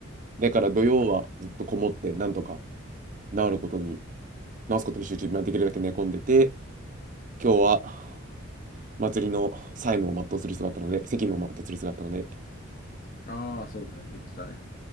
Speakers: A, on the right; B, on the left.
A: だから土曜はずっとこもって、なんとか治ることに、治すことに集中、まあできるだけ寝込んでて、今日は、祭りの債務を全うする必要があったので、責務を全うする必要があったので、
B: ああ、そうだよね。言ってたね。